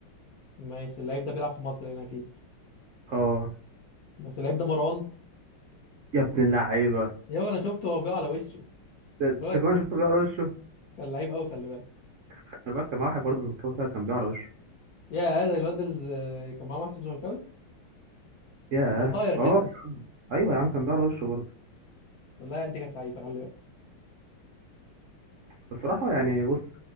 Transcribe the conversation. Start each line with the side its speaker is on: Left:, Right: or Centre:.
Left: ماشي اللعيب ده بيلعب في مصر هنا اكيد
Right: اه
Left: ماشي اللعيب ده مروان
Right: يا ابن اللعيبه
Left: يا انا شفته هو بيقع على وشه
Right: ده
Left: خلي
Right: انت
Left: بالك
Right: كمان شفته بيقع على وشه
Left: كان لعيب قوي خلي بالك
Right: خلي بالك كان معاه واحد برضه زملكاوي كده كان بيقع على وشه
Left: يا هذا الواد اللي كان معاه واحد اسمه زملكاوي
Right: ياه
Left: كان قصير كده
Right: اه يا عم ايوه يا عم كان بيقع على وشه برضه
Left: والله العيال دي كانت لعيبه خلي بالك
Right: بصراحه يعني بص